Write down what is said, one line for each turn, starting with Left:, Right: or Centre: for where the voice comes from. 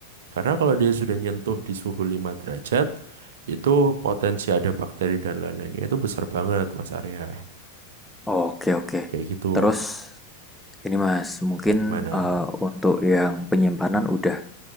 Right: Karena kalau dia sudah nyentuh di suhu 5 derajat, itu potensi ada bakteri dan lain-lainnya itu besar banget, Mas Arya.
Centre: Oke oke.
Right: Kayak gitu.
Centre: Terus ini Mas, mungkin
Right: Gimana?
Centre: eh, untuk yang penyimpanan udah